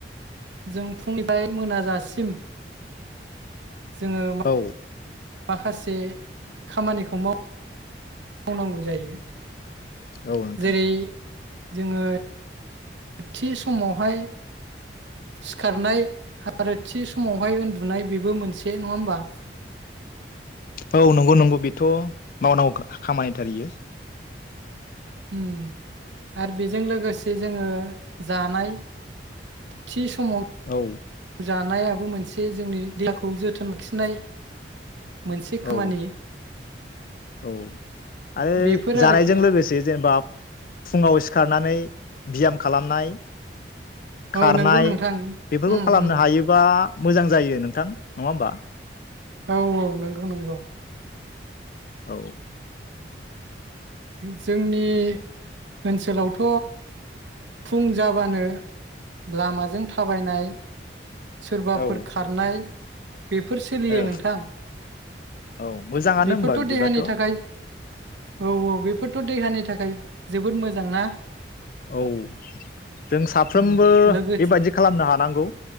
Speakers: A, on the right (about 85°); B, on the left (about 50°).
A: जों फुंनिफ्राय मोनाजासिम जोङो मा
B: औ
A: माखासे खामानिखौ माव मावनांगौ जायो
B: औ नोंथां
A: जेरै जोङो थि समावहाय सिखारनाय आरो थि समावहाय उन्दुनाय बेबो मोनसे नङा होमबा
B: औ नंगौ नंगौ बेथ मावनांगौ खामानिथारयो
A: म आरो बेजों लोगोसे जोङो जानाय थि समाव
B: औ
A: जानायाबो मोनसे जोंनि देहाखौ जोथोन लाखिनाय मोनसे
B: औ
A: खामानि
B: औ आरो
A: बेफोर
B: जानायजों
A: आरोखि
B: लोगोसे जेनेबा फुङाव सिखारनानै बियाम खालामनाय
A: औ
B: खारनाय
A: नंगौ नोंथां
B: बेफोरखौ
A: उम
B: खालामनो
A: उम
B: हायोबा मोजां जायो नोंथां नङा होमबा
A: औ औ नंगौ नंगौ
B: औ
A: जोंनि ओनसोलावथ फुं जाबानो लामाजों थाबायनाय सोरबाफोर
B: औ
A: खारनाय बेफोर सोलियो
B: ओ
A: नोंथां
B: औ मोजाङानो
A: बेफोरथ
B: होमबा बिदिबाथ'
A: देहानि थाखाय औ औ बेफोरथ देहानि थाखाय जोबोद मोजां ना
B: औ जों साफ्रोमबो
A: उम लोगोस
B: बेबादि खालामनो हानांगौ